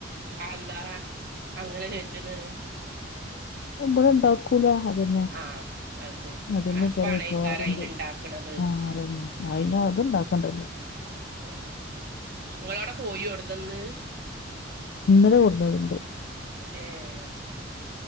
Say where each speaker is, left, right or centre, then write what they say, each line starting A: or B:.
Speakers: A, on the right (about 50°); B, on the left (about 55°).
A: അഎന്താ അങ്ങനെച്ചെജ്ണ്
B: ഉമ്പുണ് ഇണ്ടാക്കൂല അതെന്നെ
A: ആഹ് അത് ശരി
B: അതെന്നെക്കാരം
A: അർപ്പാണേക്കാരം
B: മിക്കവാറും
A: അയ്ന്
B: ജൈ
A: ഇണ്ടാക്ക്ണത്
B: അഹ് അതെന്നെ അയിന് അത്ണ്ടാക്കണ്ടല്ലോ
A: ഉം ഇങ്ങളോടെ കോയൊട്ന്നന്ന്
B: ഇന്നലെ കൊട്ന്നത്ണ്ട്
A: ഏപ്